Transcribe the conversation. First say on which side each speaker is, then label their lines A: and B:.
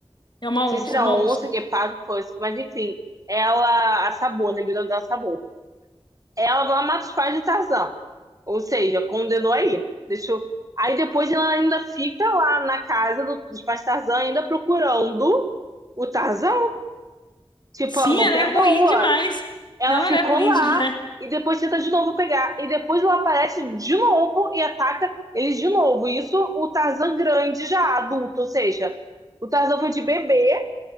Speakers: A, on the left (about 50°); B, on the right (about 35°).
A: é uma
B: sei
A: onça,
B: se era
A: é uma
B: onça,
A: onça.
B: guepardo, que fosse, mas enfim, ela, a Sabor, né, o nome dela é Sabor. Ela vai lá mata os pais de Tarzan, ou seja, condenou aí, deixou... Aí depois ela ainda fica lá na casa do- dos pais de Tarzan, ainda procurando o Tarzan. Tipo,
A: Sim,
B: ela não
A: ela
B: perdoa.
A: é ruim demais.
B: Ela
A: Não,
B: ficou
A: ela é ruim
B: lá
A: demais.
B: e depois tenta de novo pegar. E depois ela aparece de novo e ataca eles de novo. Isso o Tarzan grande já, adulto, ou seja, o Tarzan foi de bebê